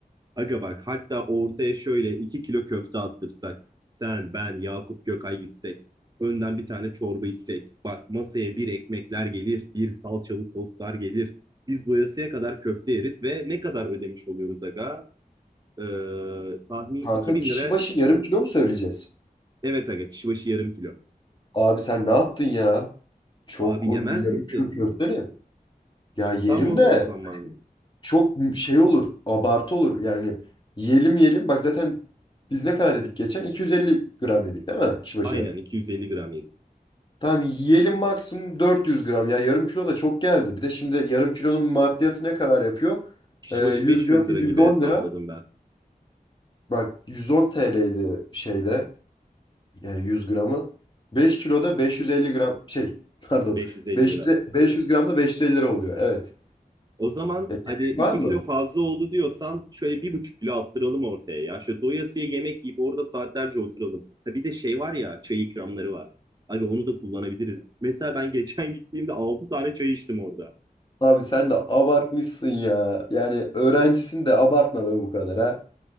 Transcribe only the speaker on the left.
Kanka
kişi
başı yarım kilo mu söyleyeceğiz?
Abi sen ne yaptın ya? Çok
oğlum
bir yarım
kilo köfte ne? Ya yerim
de
çok şey olur, abartı olur. Yani yiyelim yiyelim. Bak zaten biz ne kadar yedik geçen? 250 gram yedik değil mi kişi başı?
Tamam yiyelim maksimum 400 gram. Ya yarım kilo da çok geldi. Bir de şimdi yarım kilonun maddiyatı ne kadar yapıyor?
Ee, 100
gram 110
lira.
Bak 110 TL'ydi şeyde e, 100 gramı. 5 kiloda 550 gram şey <laughs> pardon
500,
500 gramda 550 lira oluyor. Evet.
Ya
gerek
var mı?
Abi sen de abartmışsın ya. Yani öğrencisin de abartma be bu kadar ha.